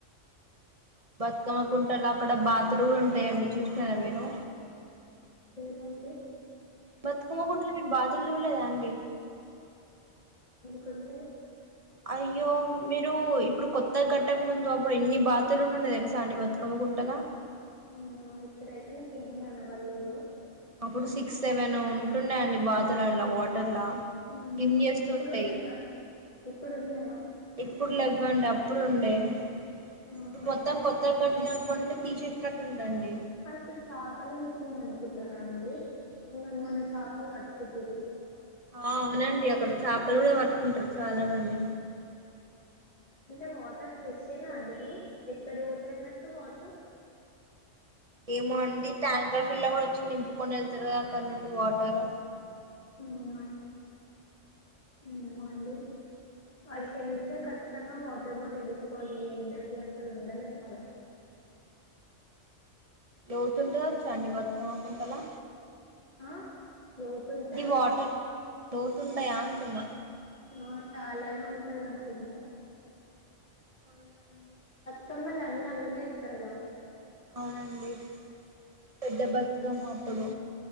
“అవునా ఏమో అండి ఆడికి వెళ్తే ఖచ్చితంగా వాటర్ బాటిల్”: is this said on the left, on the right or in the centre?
Left